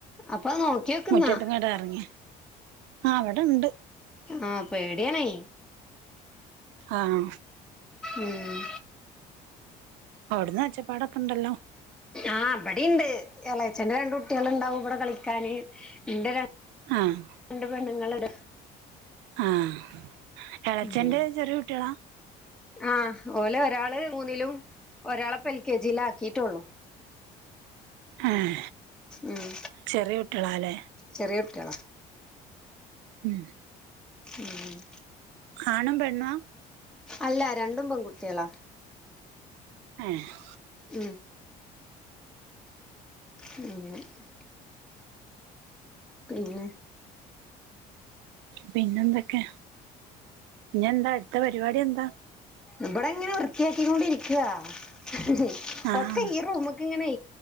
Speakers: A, in the centre; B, on the right.
A: അപ്പൊ നോക്കിയോക്ക്ന്നാ
B: മുറ്റത്ത്ങ്ങട്ടാ ഇറങ്ങി ആഹ്‌ അവ്ടെ ഇണ്ട്
A: ആഹ് പേടിയാണേ
B: ആഹ്
A: ഉം
B: അവിട്ന്ന് ഒച്ചപ്പാടൊക്കെ ഉണ്ടല്ലോ
A: ആ ഇബടി ഇണ്ട് എളേച്ചന്റെ രണ്ട് കുട്ടികൾ ഉണ്ടാവും ഇവിടെ കളിക്ക <unintelligible>
B: ആഹ്
A: രണ്ട് പെണ്ണുങ്ങൾ ഇട്
B: ആഹ് എളച്ചന്റെ
A: ഉം
B: ചെറിയ കുട്ടികളാ
A: ആഹ് ഓലെ ഒരാള് മൂന്നിലും ഒരാളെ ഇപ്പം എൽ കെ ജിൽ ആക്കിയിട്ടുള്ളൂ
B: ആഹ്
A: ഉം
B: ചെറിയ കുട്ടികളാല്ലേ
A: ചെറിയ കുട്ടികള
B: ഉം
A: ഉം
B: ആണും പെണ്ണുഅ
A: അല്ല രണ്ടും പെൺകുട്ടികളാ
B: ഏഹ്
A: ഉം <inaudible> പിന്നെ
B: പിന്നെ എന്തൊക്കെ ഇഞ്ഞ് എന്താ അടുത്ത പരിപാടി എന്താ
A: ഇബടെങ്ങനെ വൃത്തിയാക്കിക്കൊണ്ടിരിക്ക <unintelligible>
B: ആഹ്
A: ഒക്കെ ഈ റൂമ്ക്ക്ങ്ങനെ